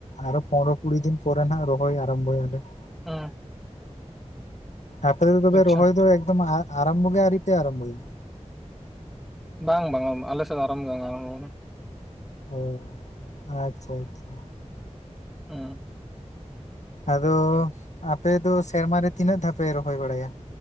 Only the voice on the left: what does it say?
ᱟᱨᱚ ᱯᱚᱱᱴᱨᱚ ᱠᱩᱲᱤ ᱫᱤᱱ ᱯᱚᱨᱮ ᱱᱟᱦ ᱨᱚᱦᱚᱭ ᱟᱨᱟᱢᱵᱚ ᱟᱞᱮ ᱾
ᱟᱯᱮ ᱫᱚ ᱛᱚᱵᱮ
ᱨᱚᱦᱚᱭ ᱫᱚ ᱮᱠᱫᱚᱢ ᱟᱨᱟᱢᱵᱚ ᱜᱮ ᱟᱨᱤ ᱯᱮ ᱟᱨᱟᱢᱵᱚ ᱟᱭᱟ ᱾
ᱚ ᱟᱪᱪᱷᱟ ᱟᱪᱪᱷᱟ,
ᱟᱫᱚ ᱟᱯᱮ ᱫᱚ ᱥᱮᱨᱢᱟᱨ ᱨᱮ ᱛᱤᱱᱟᱹᱜ ᱫᱷᱟᱣ ᱯᱮ ᱨᱚᱦᱚᱭ ᱵᱟᱲᱟᱭᱟ,